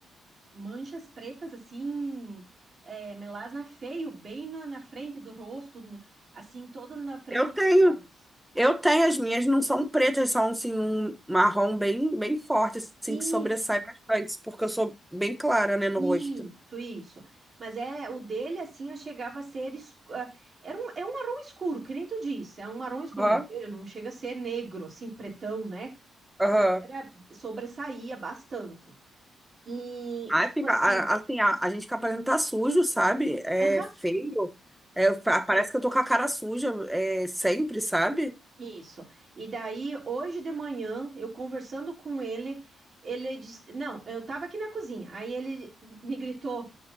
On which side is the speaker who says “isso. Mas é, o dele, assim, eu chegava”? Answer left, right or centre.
Right